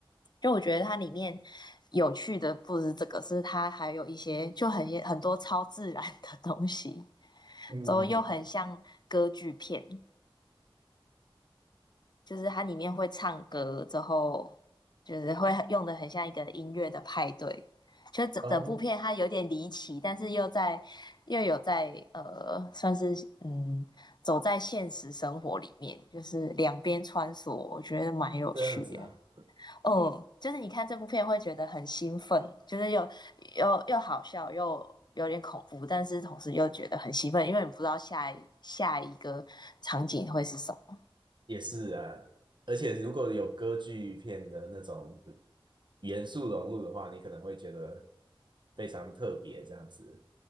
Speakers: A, on the left; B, on the right.
A: 就我觉得它里面有趣的不是这个，是它还有一些就很很多超自然的东西，
B: 嗯嗯，
A: 之后又很像歌剧片，就是它里面会唱歌，之后就是会很用的很像一个音乐的派对。就整整部片它有点离奇，
B: 哦，
A: 但是又在又有在呃，算是嗯走在现实生活里面，就是两边穿梭，我觉得蛮有趣的。
B: 这样子啊。
A: 嗯，就是你看这部片会觉得很兴奋，就是又又又好笑，又有点恐怖，但是同时又觉得很兴奋，因为你不知道下一下一个场景会是什么。
B: 也是啊，而且如果有歌剧片的那种元素融入的话，你可能会觉得非常特别这样子。